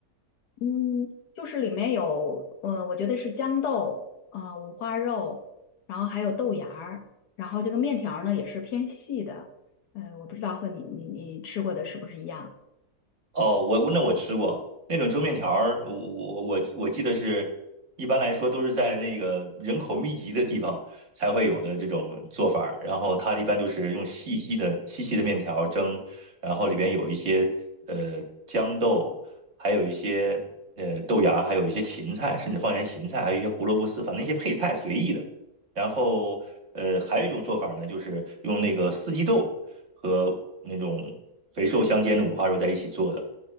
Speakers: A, on the left (about 85°); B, on the right (about 50°).
A: 嗯，就是里面有，呃，我觉得是豇豆，呃，五花肉，然后还有豆芽儿，然后这个面条儿呢也是偏细的，呃，我不知道和你你你吃过的是不是一样。
B: 哦，我我那我吃过那种蒸面条儿，我我我我记得是，一般来说都是在那个人口密集的地方才会有的这种做法儿。然后它一般就是用细细的细细的面条儿蒸，然后里边有一些呃豇豆，还有一些呃豆芽，还有一些芹菜，甚至放一些芹菜，还有一些胡萝卜丝，反正一些配菜随意的。然后呃，还有一种做法呢，就是用那个四季豆和那种肥瘦相间的五花肉在一起做的，